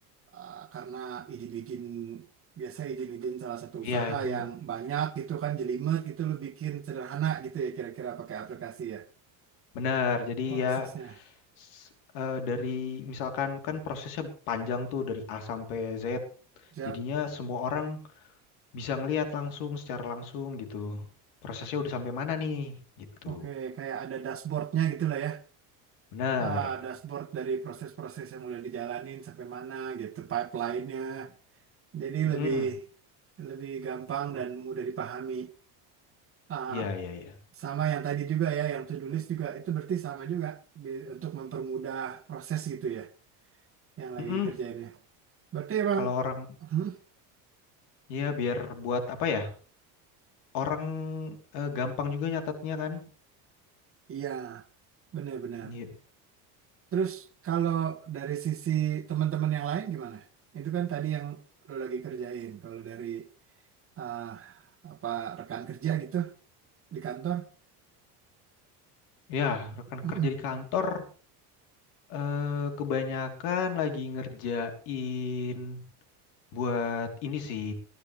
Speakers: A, on the right; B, on the left.
A: uh, karena izin-izin biasa izin-izin salah satu usaha
B: Ya itu
A: yang banyak gitu kan jelimet gitu lo bikin sederhana gitu ya kira-kira pakai aplikasi ya
B: benar. Jadi
A: prosesnya.
B: ya s- eh, dari misalkan kan prosesnya panjang tuh dari A sampai Z.
A: Siap.
B: Jadinya semua orang bisa ngelihat langsung secara langsung gitu. Prosesnya udah sampai mana nih gitu.
A: Oke, kayak ada dashboardnya gitu lah ya.
B: Benar.
A: ah, dashboard dari proses-proses yang udah dijalanin sampai mana gitu, pipeline-nya. Jadi
B: Mm-mm.
A: lebih lebih gampang dan mudah dipahami. Ah,
B: Iya, iya, iya.
A: sama yang tadi juga ya, yang to-do list juga itu berarti sama juga bi- untuk mempermudah proses gitu ya yang lagi
B: Mm-mm.
A: dikerjainnya. Berarti emang
B: Kalau orang,
A: hmm,
B: ya biar buat apa ya? Orang eh, gampang juga nyatetnya kan.
A: iya, benar-benar.
B: Iya,
A: Terus kalau dari sisi teman-teman yang lain gimana? Itu kan tadi yang lo lagi kerjain. Kalau dari ah, apa rekan kerja gitu di kantor.
B: Ya, rekan
A: hmm,
B: kerja di kantor eh, kebanyakan lagi ngerjain buat ini sih,